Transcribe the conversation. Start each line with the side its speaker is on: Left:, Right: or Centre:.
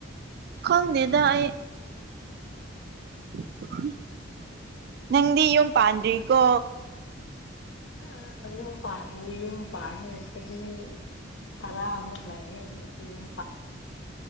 Right: ꯈꯪꯗꯦꯗ ꯑꯩ <unintelligible> ꯅꯪꯗꯤ ꯌꯨꯝ ꯄꯥꯟꯗ꯭ꯔꯤꯀꯣ
Left: <unintelligible> ꯌꯨꯝ ꯄꯥꯟ ꯗ꯭ꯔꯤ ꯌꯨꯝ ꯄꯥꯟꯅꯤꯉꯥꯢ ꯆꯍꯤ ꯇꯔꯥꯃꯨꯛ ꯂꯩꯔꯒ ꯌꯨꯝ